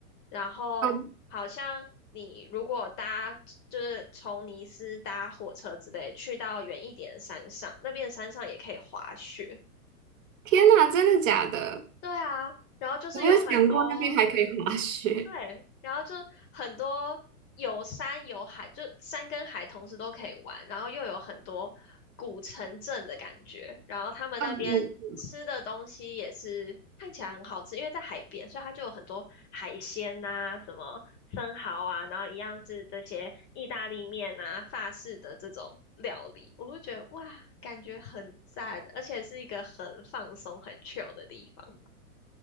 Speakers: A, on the left; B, on the right.
A: 然后好像你如果搭就是从尼斯搭火车之类去到远一点的山上，
B: 哦，
A: 那边的山上也可以滑雪。
B: 天哪，真的假的？
A: 对啊，然后就是有很多
B: 我没有想过那边还可以滑雪。
A: 对，然后就很多有山有海，就山跟海同时都可以玩，然后又有很多古城镇的感觉，然后他们那边吃的东西也是看起来很好吃，
B: 嗯嗯，
A: 因为在海边，所以它就有很多海鲜呐、什么生蚝啊，然后一样是这些意大利面啊、法式的这种料理，我会觉得哇，感觉很赞，而且是一个很放松、很 chill 的地方，